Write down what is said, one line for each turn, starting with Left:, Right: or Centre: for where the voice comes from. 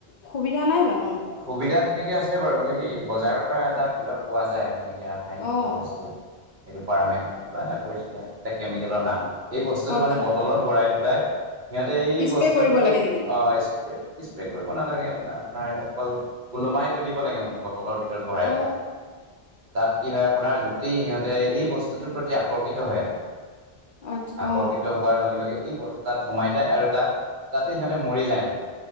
Left: সুবিধা নাই জানো?
Right: সুবিধা তেনেকে আছে বাৰু এই বজাৰৰ পৰা এটা কিবা পোৱা যায়, তেনেকৈ ৰাসায়নিক
Left: অ
Right: কিবা বস্তু সেইটো পাৰমে কিবা এটা কৰিছিলে এটা কেমিকেলৰ নাম সেই বস্তুটো
Left: আচ্ছা
Right: মানে বটলত ভৰাই পেলাই সিহঁতে এই বস্তুটোৰ
Left: স্প্ৰে কৰিব
Right: প্ৰতি
Left: লাগে নেকি
Right: ইস্প্ৰে ইস্প্ৰে কৰিব নালাগে। আপোনাৰ অকল ওলমাই তৈ দিব লাগে বটলৰ ভিতৰত ভৰাই
Left: অ
Right: পেলাই। তাত কি হয় আপোনাৰ গোটেই সিহঁতে এই বস্তুটোৰ প্ৰতি আকৰ্ষিত হয়।
Left: আচ্ছা
Right: আকৰ্ষিত
Left: অ
Right: হোৱাৰ লগে লগে ই তাত সোমাই যায় আৰু তাত তাতে সিহঁতে মৰি যায় মানে।